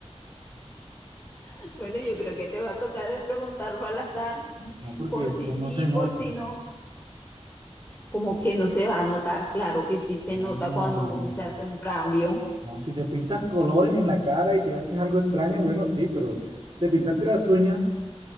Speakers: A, on the left; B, on the right.
A: <laughs> bueno, yo creo que te va a tocar de preguntarlo al azar,
B: no, porque
A: por
B: eso
A: si
B: no
A: sí,
B: se nota.
A: por si no. Como que no se va a notar, claro que sí se
B: No,
A: nota
B: no, no,
A: cuando
B: no.
A: uno se hace un cambio.
B: No, si te pintas colores en la cara y te haces algo extraño, bueno, sí, pero te pintaste las uñas